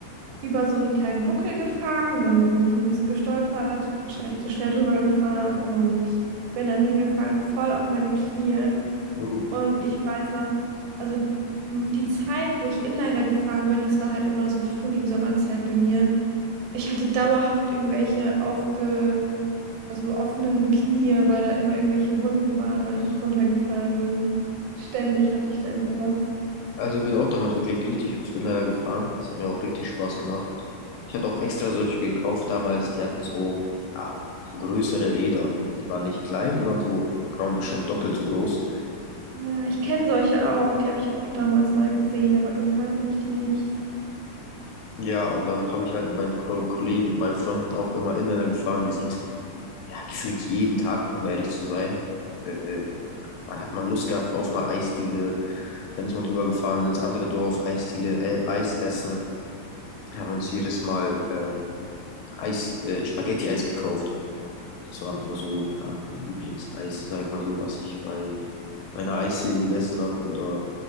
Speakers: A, on the right (about 80°); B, on the left (about 80°).
A: über so einen kleinen Buckel gefahren und dann bin ich mir ein bisschen gestolpert, wahrscheinlich zu schnell drüber gefahren und bin dann hingefallen, voll auf meine Knie.
B: Jo.
A: Und ich weiß noch, also m, die Zeit, wo ich Inliner gefahren bin, das war halt immer so Frühling, Sommerzeit bei mir. Ich hatte dauerhaft irgendwelche aufge, also offenen Knie, weil da immer irgendwelche Wunden waren, weil ich runtergefallen bin. Ständig hatte ich da immer was.
B: Also ich bin auch damals wirklich richtig oft Inliner gefahren. Das hat mir auch richtig Spaß gemacht. Ich hatte auch extra solche gekauft damals, die hatten so, ah, so größere Räder. Die waren nicht klein, die waren so, keine Ahnung, bestimmt doppelt so groß.
A: Ja, ich kenne solche auch, die habe ich auch damals mal gesehen, aber gefahren bin ich die nicht.
B: Ja, und dann habe ich halt mit meinen Ko- Kollegen, mit meinen Freunden auch immer Inliner gefahren. Wir sind ja, gefühlt jeden Tag, um ehrlich zu sein. Äh, man hat man Lust gehabt auf eine Eisdiele, dann ist man drüber gefahren ins andere Dorf, Eisdiele, äh, Eis essen. haben uns jedes Mal ähm, Eis, äh, Spaghetti-Eis gekauft. Das war immer so, ja, mein Lieblingseis, sag ich mal so, was ich bei meiner Eisdiele gegessen habe oder